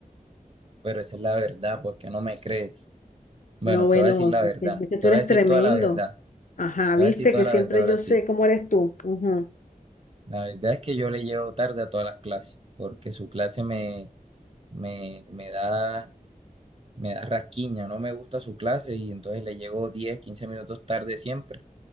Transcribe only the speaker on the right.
Pero esa es la verdad, porque no me crees? Bueno,
te
voy a decir la
verdad,
te voy
a decir
toda la verdad.
Te
voy a decir toda
la
verdad ahora
sí.
La verdad es que yo le llevo tarde a todas las clases, porque su clase me, me, me da, me da rasquiña, no me gusta su clase y entonces le llego 10 15 minutos tarde siempre.